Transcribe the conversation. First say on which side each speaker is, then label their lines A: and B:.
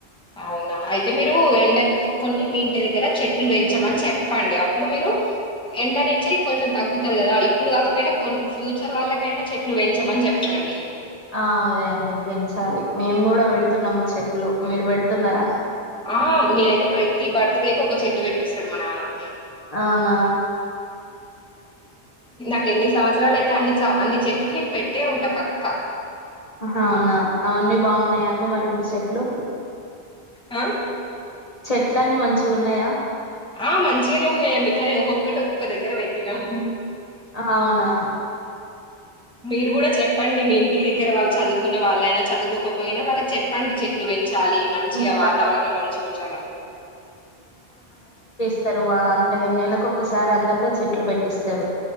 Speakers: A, in the centre; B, on the left.
A: అవునా అయితే మీరు ఎండ కొన్ని మీ ఇంటి దగ్గర చెట్లు పెంచమని చెప్పండి, అప్పుడు మీరు ఎండ నుంచి కొంచెం తగ్గుతుంది కదా, ఇప్పుడు కాకపోయినా కొ ఫ్యూచర్ వాళ్ళకైనా చెట్లు పెంచమని చెప్పండి.
B: ఆ అదే అండి పెంచాలి మేము కూడా పెడుతున్నాము చెట్లు మీరు పెడుతున్నారా
A: ఆ నేనైతే ప్రతి బర్త్ డేకి ఒక చెట్టు పెట్పిస్తాడు మా నాన్న
B: అవునా
A: ఇంకెన్ని సంవత్సరాలు అయితే అన్ని స అన్ని చెట్లు నేను పెట్టే ఉంటా పక్క
B: ఆహా అవునా అవన్నీ బావున్నాయా అండి మరి ఇప్పుడు చెట్లు?
A: అ
B: చెట్లన్నీ మంచిగున్నయా
A: ఆ మంచిగనే ఉన్నయండి కానీ ఒక్కొక్కటి ఒక్కొక్క దగ్గర వెట్టి నం
B: అవునా
A: మీరు కూడా చెప్పండి మీ ఇంటికి దగ్గర వాళ్ళు చదువున్న వాళ్ళైనా చదువుకోకపోయినా వాళ్ళకి చెప్పండి చెట్లు వెంచ్ చాలి మంచిగ
B: ఉమ్,
A: వాతావరణం
B: తప్పకుండా
A: మంచిగుంచాలని
B: స్తరు వా అంటే నెలకొక్కసారి అందరితో చెట్లు బెట్టిస్తరు